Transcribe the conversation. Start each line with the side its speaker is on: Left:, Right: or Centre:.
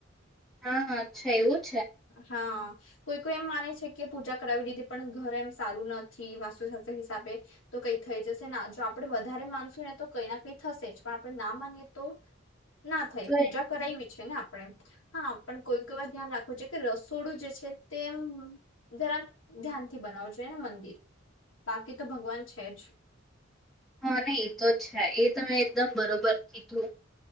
Centre: હા હા છેા એવું જ.
Left: હા. કોઈ કોઈ એમ માને છે કે પૂજા કરાવી લીધી પણ ઘરે એમ સારું નથી વાસ્તુશાસ્ત્ર હિસાબે તો કઈ થઈ જશે ના જો આપણેે વધારે માનશું ને તો કઈ ના કઈ થશે જ પણ આપણે ના માનીએ તો. ના થઈ
Centre: તો
Left: પૂજા
Centre: એ
Left: કરાવ વિ. ને આપણે હા પણ કોઈક વાર ધ્યાન રા. ખ છે કે રસોડું જે છે તે જરા ધ્યાનથી બનાવ જોોએને મંદિર બાકી તો ભગવાન છે જ.
Centre: હા ને એ તો છે એ તમે એકદમ બરોબર કીધું.